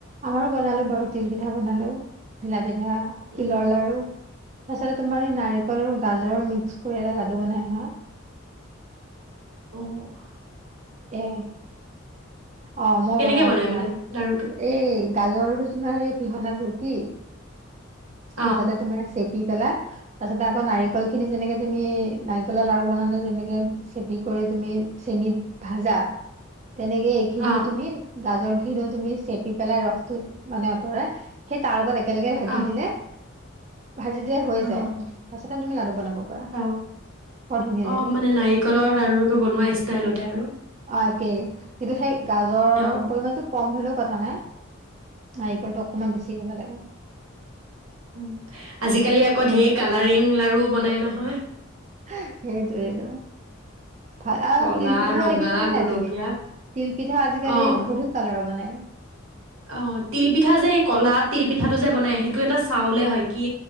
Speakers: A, on the right (about 35°); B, on the right (about 85°).
A: আমাৰো বনালোঁ বহুত তিল পিঠা বনালোঁ। লাগে হেয়া
B: উম
A: তিলৰ লাৰু। তাৰপিছতে তোমাৰ এই নাৰিকলৰ গাজৰ মিক্স কৰি এটা লাডু বনাই নহয়।
B: অহ
A: এ অ মই
B: কেনেকে
A: বনাও
B: বনাই
A: তোমাৰ।
B: মানে লাৰুটো
A: এই গাজৰতো তোমাৰ এই পিহনাত ৰিটি-
B: অ
A: তাৰপিছতে তোমাৰ চেপি পেলাই, তাৰপিছতে আকৌ নাৰিকল খিনি যেনেকে তুমি নাৰিকলৰ লাৰু বনালে যেনেকে চেপি কৰি তুমি চেনিত ভাজা- তেনেকে এইখিনিও
B: অ
A: তুমি গাজৰ- খিনি তুমি চেপি পেলাই ৰসতো মানে আঁতৰাই, সেই তাৰ লগতে- একেলগে ভাজি
B: অ
A: দিলে- ভাজি দিয়ে হৈ
B: অ
A: যায়। তাৰপিছতে তুমি লাডু বনাব পাৰা।
B: অ অ
A: বৰ ধুনীয়া
B: অ
A: লাগে।
B: মানে নাৰিকলৰ লাৰুটো বনোৱা ষ্টাইলতে আৰু
A: অ একেই, কিন্তু সেই গাজৰ
B: অ
A: পৰিমাণটো কম- হ'লেও কথা নাই। নাৰিকলটো অকনমান বেছি হ'ব লাগে।
B: ম আজিকালি
A: তেতিয়া
B: আকৌ ঢেৰ
A: ভাল লাগে
B: কালাৰিং লাৰু বনাই নহয়।
A: হে সেইটোৱেইতো। ভা অ
B: কলা
A: তিল পিঠাও
B: ৰঙা
A: দে- কি জানে
B: গুলপীয়া
A: নাই তুমি তিলপিঠা আজিকালি
B: অ
A: বহুত কালাৰৰ বনাই
B: অ তিল পিঠা যে কলাত তিল পিঠাটো যে বনাই সেইটো এটা চাউলে হয় কি